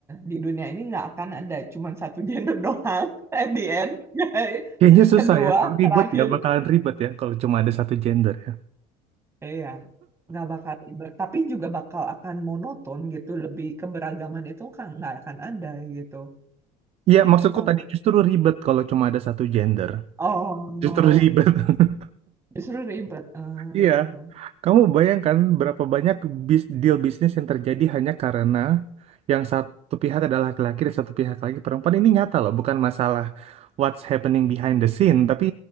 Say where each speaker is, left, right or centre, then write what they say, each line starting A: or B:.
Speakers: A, on the right; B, on the right.
A: di dunia ini nggak akan ada cuman satu gender doang <laughs> at the end. <laughs>
B: Kayaknya susah
A: Kedua,
B: ya, kalau ribet
A: terakhir.
B: ya bakalan ribet ya kalau cuma ada satu gender ya.
A: Iya, nggak bakal ribet. Tapi juga bakal akan monoton gitu, lebih keberagaman itu kan nggak akan ada gitu.
B: Iya maksudku
A: Terus,
B: tadi justru ribet kalau cuma ada satu gender.
A: oh,
B: Justru ribet. <laughs>
A: justru ribet. Ah,
B: Iya. Kamu bayangkan berapa banyak bis- deal bisnis yang terjadi hanya karena yang satu pihak adalah laki-laki dan satu pihak lagi perempuan. Ini nyata loh, bukan masalah what's happening behind the scene, tapi